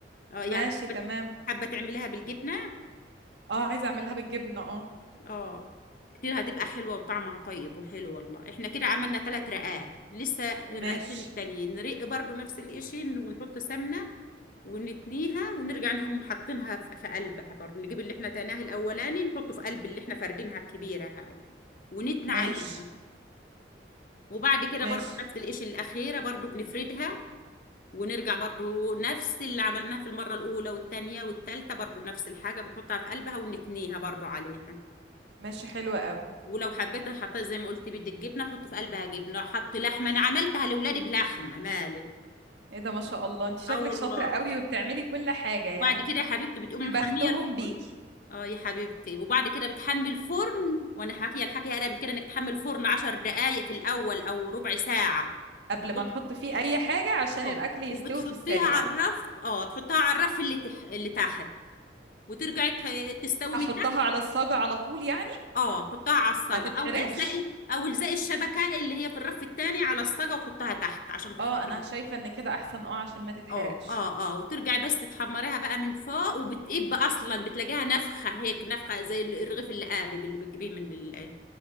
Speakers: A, on the left; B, on the right.
A: اه يعني
B: ماشي
A: حابه
B: تمام
A: حابه تعمليها بالجبنه
B: اه عايزه اعملها بالجبنه اه
A: اه كتير هتبقى حلوه وطعمها طيب وحلو والله احنا كده عملنا ثلاث رقات لسه الرقتين
B: ماشي
A: التانيين نرق برضو نفس الاشي ونحط سمنه ونتنيها ونرجع نقوم حاطينها في في قلبها برضه نجيب اللي احنا تناه الاولاني نحطه في قلب اللي احنا فردينها الكبيره هاي ونتنى عليها
B: ماشي
A: وبعد كده
B: ماشي
A: برضو نفس القش الأخيرة برضو بنفردها ونرجع برضو نفس اللي عملناه في المرة الأولى والتانية والتالتة برضو نفس الحاجة بنحطها في قلبها ونتنيها برضو عليها
B: ماشي حلوة قوي
A: ولو حبيت حطيت زي ما قلت بدك جبنة حط في قلبها جبنة حط لحمة أنا عملتها لأولادي بلحمة مالك
B: ايه ده ما شاء الله انت شكلك
A: اه والله
B: شاطرة قوي وبتعملي كل حاجة يعني
A: وبعد كده يا حبيبتي بتقوم
B: يا
A: محميه
B: بختهم
A: الفرن
B: بيكي
A: اه يا حبيبتي وبعد كده بتحمي الفرن وانا حاكيه الحكي قبل كده انك تحمي الفرن عشر دقائق في الاول او ربع ساعه
B: قبل ما
A: وبت-
B: نحط فيه اي حاجة عشان
A: اه
B: الاكل يستوي
A: وبتحطيها
B: في السريع
A: على الرف اه تحطها على الرف اللي تح... اللي تحت وترجعي ت- تستوي
B: احطها
A: من تحت
B: على الصاجة على طول يعني
A: اه حطها على الصاجه
B: ما تتحرقش
A: او الزقي او الزقي الشبكه اللي هي في الرف التاني على الصاجه وحطها تحت عشان تحمر
B: اه انا شايفة ان كده احسن اه عشان ما تتحرقش
A: اه اه اه وترجعي بس تتحمريها بقى من فوق وبتقب اصلا بتلاقيها نفخه هيك نفخه زي الرغيف اللي قابب اللي بتجيبيه من ال-